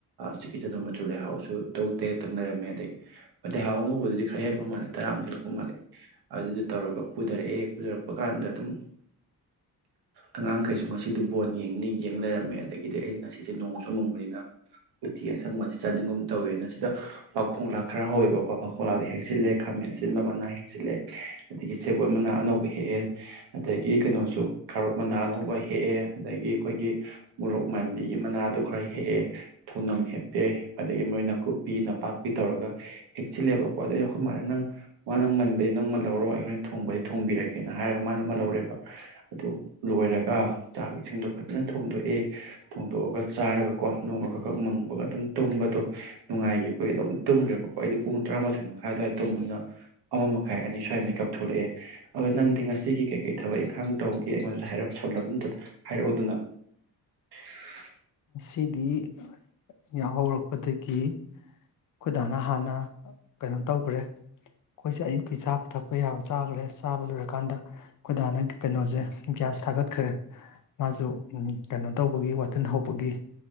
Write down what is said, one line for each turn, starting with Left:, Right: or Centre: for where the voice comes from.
Right: ꯆꯤꯀꯤ ꯆꯟ ꯃꯆꯨ ꯂꯩꯍꯥꯎꯁꯨ ꯇꯧ ꯇꯩꯒꯛꯇꯪ ꯂꯩꯔꯝꯃꯦ ꯑꯗꯩ ꯑꯗ ꯂꯩꯍꯥꯎ ꯑꯉꯧꯕꯗꯨꯗꯤ ꯈꯔ ꯍꯦꯛꯄ ꯃꯥꯂꯦ ꯇꯔꯥ ꯀꯨꯝꯔ ꯑꯗꯨꯗ ꯇꯧꯔꯒ ꯄꯨꯊꯔꯛꯑꯦ ꯎꯖꯔꯛꯄ ꯀꯥꯟꯗ ꯑꯗꯨꯝ ꯑꯉꯥꯡꯈꯩꯁꯨ ꯉꯁꯤꯗꯤ ꯕꯣꯟ ꯌꯦꯡꯅꯩ ꯌꯦꯡ ꯂꯩꯔꯝꯃꯦ ꯑꯗꯒꯤꯗꯤ ꯑꯩ ꯉꯁꯤꯁꯦ ꯅꯣꯡ ꯆꯨꯃꯪꯕꯅꯤꯅ ꯎꯇꯤ ꯑꯁꯪꯕ ꯑꯁꯤ ꯆꯥꯅꯤꯡꯒꯨꯝ ꯇꯧꯋꯦꯅ ꯁꯤꯗ ꯄꯥꯈꯣꯡꯂꯥ ꯈꯔ ꯍꯧꯋꯦꯕꯀꯣ ꯄꯥꯈꯣꯡꯂꯥꯗ ꯍꯦꯛꯆꯜꯂꯦ ꯈ ꯟꯕ ꯑꯃꯅꯥ ꯍꯦꯟꯜꯂꯛꯦ ꯑꯗꯒꯤ ꯁꯦꯞ ꯑꯃꯅ ꯑꯅꯧꯕ ꯍꯦꯛꯑꯦ ꯑꯗꯒꯤ ꯀꯩꯅꯣꯁꯨ ꯀꯥꯔꯛ ꯃꯅꯥ ꯑꯅꯧꯕ ꯍꯦꯛꯑꯦ ꯑꯗꯒꯤ ꯑꯩꯈꯣꯏꯒꯤ ꯃꯣꯔꯣꯛ ꯄꯥꯥꯟꯕꯤꯒꯤ ꯃꯅꯥꯗ ꯈꯔ ꯍꯦꯛꯑꯦ ꯊꯧꯅꯝ ꯍꯦꯞꯄꯦ ꯑꯗꯒꯤ ꯃꯣꯏ ꯅꯥꯀꯨꯞꯄꯤ ꯅꯄꯥꯛꯄꯤ ꯇꯧꯔꯒ ꯍꯦꯛꯆꯤꯜꯂꯦꯕꯀꯣ ꯑꯗꯩ ꯑꯩꯈꯣꯏ ꯃꯥꯅ ꯅꯪ ꯃꯥ ꯅꯪ ꯃꯟꯕꯁ ꯅꯪ ꯃꯜꯍꯧꯔꯣ ꯑꯩꯈꯣꯏ ꯊꯣꯡꯕꯗꯤ ꯊꯣꯡꯕꯤꯔꯒꯦ ꯀꯅꯣ ꯍꯥꯏꯔꯒ ꯃꯥꯅ ꯑꯃ ꯂꯧꯔꯦꯕ ꯑꯗꯨ ꯂꯣꯏꯔꯒ ꯆꯥꯛ ꯏꯁꯤꯡꯗꯣ ꯐꯖꯅ ꯊꯣꯡꯗꯣꯛꯑꯦ ꯐꯣꯡꯗꯣꯛꯑꯒ ꯆꯥꯏꯔꯒ ꯀꯣ ꯅꯣꯡꯃ ꯈꯛ ꯈꯛ ꯃꯪꯕꯒ ꯑꯗꯨꯝ ꯇꯨꯝꯕꯗꯣ ꯅꯨꯡꯉꯥꯏꯈꯤꯕꯒꯤ ꯑꯗꯨꯝ ꯇꯨꯝꯒ ꯣ ꯑꯩ ꯄꯨꯡ ꯇꯔꯥꯃꯊꯣꯏ ꯃꯈ ꯑꯗꯨꯋꯥꯏ ꯇꯅ ꯑꯃ ꯃꯈꯥꯏ ꯑꯅꯤ ꯁ꯭ꯋꯥꯏꯗ ꯀꯥꯊꯂꯛꯑꯦ ꯑꯗꯨ ꯅꯪꯗꯤ ꯉꯁꯤꯒꯤ ꯀꯩꯀꯩ ꯊꯕꯛ ꯏꯪꯈꯥꯡ ꯇꯧꯒꯦ ꯑꯩꯉꯣꯟꯗꯁꯨ ꯍꯥꯏꯞ ꯁꯝꯂꯞꯗꯨꯝꯇ ꯍꯥꯏꯔꯛꯎꯗꯨꯅ <unintelligible>
Left: ꯁꯤꯗꯤ ꯌꯥꯎꯍꯧꯔꯛꯄꯗꯒꯤ ꯑꯩꯈꯣꯏꯗꯥꯅ ꯍꯥꯟꯅ ꯀꯩꯅꯣ ꯇꯧꯈ꯭ꯔꯦ ꯑꯩꯈꯣꯏꯁꯦ ꯑꯌꯨꯛꯀꯤ ꯆꯥꯕ ꯊꯛ ꯑꯩꯈꯣꯏꯌꯥ ꯆꯥꯈ꯭ꯔꯦ ꯆꯥꯕ ꯂꯣꯏꯔꯀꯥꯟꯗ ꯑꯩꯣꯏꯗꯥꯅ ꯀꯩꯅꯣꯁꯦ ꯒ꯭ꯌꯥꯁ ꯊꯥꯒꯠꯈ꯭ꯔꯦ ꯃꯥꯁꯨ ꯀꯩꯅꯣ ꯇꯧꯕꯒꯤ ꯋꯥꯊꯤꯟ ꯍꯧꯕꯒꯤ